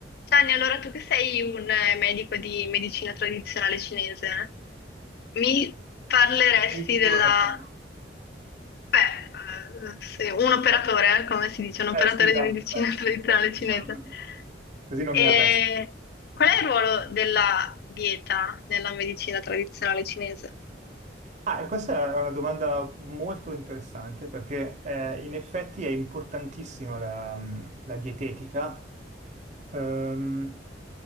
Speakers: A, on the left; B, on the right.
A: Gianni, allora tu che sei un eh, medico di medicina tradizionale cinese, mi parleresti
B: Sei sicuro?
A: della...
B: però no.
A: Beh, eh, se- un operatore,
B: Però-
A: eh, come si dice, un operatore
B: Eh sì, dai,
A: di medicina
B: eh, sì,
A: <laughs> tradizionale
B: cioè,
A: cinese.
B: diciamo così. Così non
A: E
B: mi arresto.
A: qual è il ruolo della dieta nella medicina tradizionale cinese?
B: Ah, e questa è una domanda molto interessante perché eh, in effetti è importantissima la, mm, la dietetica, ehm,